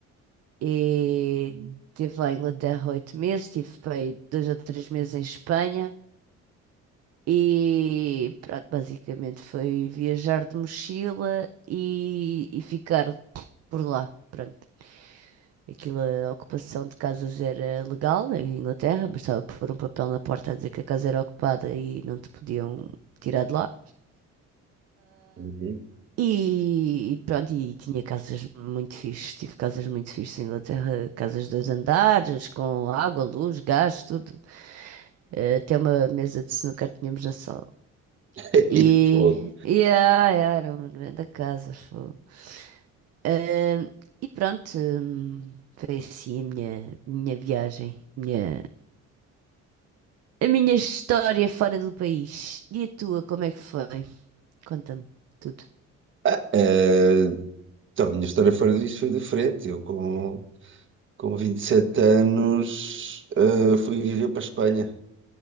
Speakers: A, on the right; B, on the right.
A: e estive lá em Inglaterra oito meses, estive para aí dois ou três meses em Espanha e pronto, basicamente foi viajar de mochila e, e ficar por lá, pronto. Aquilo, a ocupação de casas era legal em Inglaterra, bastava pôr um papel na porta a dizer que a casa era ocupada e não te podiam tirar de lá.
B: Uhum.
A: E, e pronto, e tinha casas muito fixes, tive casas muito fixes em Inglaterra, casas de dois andares, com água, luz, gás, tudo. Eh, Até uma mesa de snooker tínhamos na sala.
B: <laughs>
A: E,
B: Pô.
A: e ah, é, era uma grande casa, fogo. Eh, e pronto, hum, foi assim a minha, minha viagem, minha A minha história fora do país. E a tua, como é que foi? Conta-me tudo.
B: Ah, eh, então, a minha história fora disso foi diferente. Eu com, com 27 anos, ah, fui viver para a Espanha